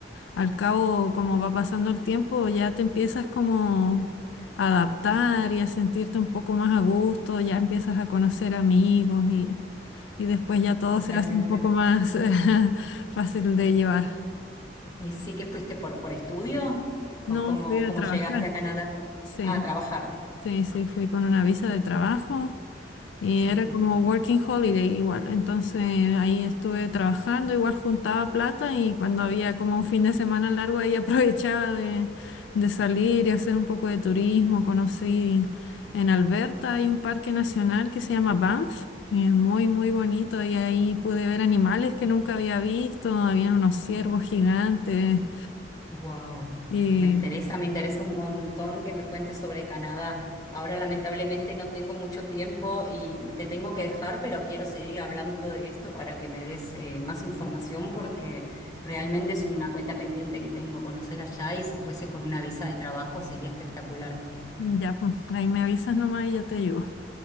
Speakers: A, on the left; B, on the left.
A: al cabo como va pasando el tiempo ya te empiezas como a adaptar y a sentirte un poco más a gusto, ya empiezas a conocer amigos y, y después ya todo
B: Totalmente.
A: se hace un poco más <laughs> fácil de llevar.
B: ¿Y sí que fuiste por, por estudio? ¿O
A: No,
B: cómo,
A: fui a
B: cómo
A: trabajar.
B: llegaste a Canadá?
A: Sí,
B: Ah, a trabajar.
A: sí, sí, fui con una visa de trabajo y
B: Excelente.
A: era como working holiday igual. Entonces ahí estuve trabajando, igual juntaba plata y cuando había como un fin de semana largo ahí <laughs> aprovechaba de, de salir y hacer un poco de turismo. Conocí en Alberta, hay un parque nacional que se llama Banff. y es muy, muy bonito y ahí pude ver animales que nunca había visto. Habían unos ciervos gigantes
B: Wow,
A: y...
B: me interesa, me interesa un montón que me cuentes sobre Canadá. Ahora lamentablemente no tengo mucho tiempo y te tengo que dejar, pero quiero seguir hablando de esto para que me des eh, más información porque realmente es una cuenta pendiente que tengo conocer allá y si fuese con una visa de trabajo sería espectacular.
A: Ya, pues, ahí me avisas nomás y yo te ayudo.